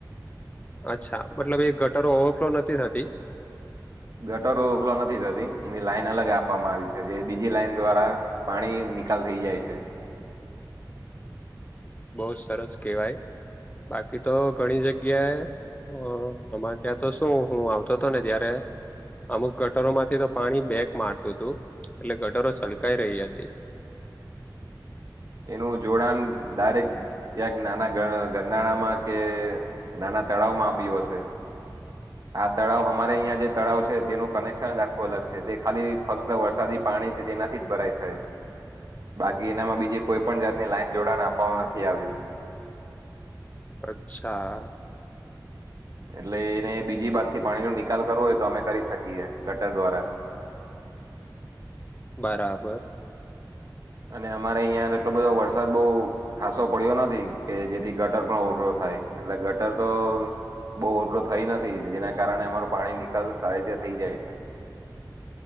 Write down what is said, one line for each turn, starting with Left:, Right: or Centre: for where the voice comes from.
Left: અચ્છા મતલબ એ ગટરો ઓવરફ્લો નથી થતી?
Right: ગટરો ઉપખલો નથી થતી એની લાઈન અલગ આપવામાં આવી છે જે બીજી લાઈન દ્વારા. પાણી નિકાલ થઈ જાય છે.
Left: બહ જ સરસ કેહેવાય બાકી તો ઘણી જગ્યાએ હ આમાં ત્યાં તો શું હું આવતો હતો ને ત્યારે અમુક ગટરો માંથી તો પાણી બેક મારતું હતું એટલે ગટરો છલકાઈ
Right: હમ.
Left: રહી હતી.
Right: એનું જોડાણ દાયરેક ક્યાંક નાના ગરનાળામાં કે ના ના તળાવમાં આપ્યું હશે?
Left: <inaudible>
Right: આ તળાવ અમારે અહિયાં જે તળાવ છે તેનું કનેક્શન આખું અલગ છે તે ખાલી ફક્ત વરસાદી પાણી તેનાથી જ ભરાય સાય
Left: <inaudible>
Right: બાકી એનામાં બીજી કોઈ પણ જાતની લાઈન જોડાને આપવાવામાં નથી આવ્યું.
Left: અચ્છા.
Right: એટલે એને બીજી બાત થી પાણીનો નિકાલ કરવો હોય તો અમે કરી શકીએ ગટર દ્વારા.
Left: બરાબર
Right: અને અમારે અહિયાં એટલો બધો વરસાદ બહુ ખાાસો પડ્યો નથી કે જેથી ગટર પણ ઓવરફ્લો થાય એટલે ગટર તો બહુ ઓવરફ્લો થઈ નથી જેના કારણે અમારું પાણી નિકાલ સારી રીતે થઇ જાય છે.